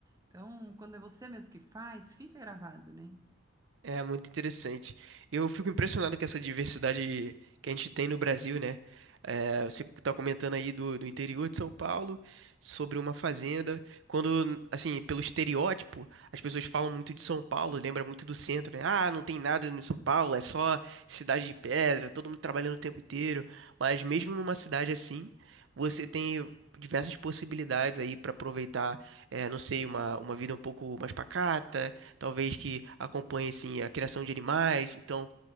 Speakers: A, on the right; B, on the right.
A: Então, quando é você mesmo que faz, fica gravado, né?
B: É muito interessante. Eu fico impressionado com essa diversidade que a gente tem no Brasil, né? É, você está comentando aí do, do interior de São Paulo, sobre uma fazenda. Quando, assim, pelo estereótipo, as pessoas falam muito de São Paulo, lembra muito do centro, né? Ah, não tem nada no São Paulo, é só cidade de pedra, todo mundo trabalhando o tempo inteiro. Mas mesmo numa cidade assim, você tem diversas possibilidades aí para aproveitar, é, não sei, uma, uma vida um pouco mais pacata talvez que acompanhe assim a criação de animais. Então,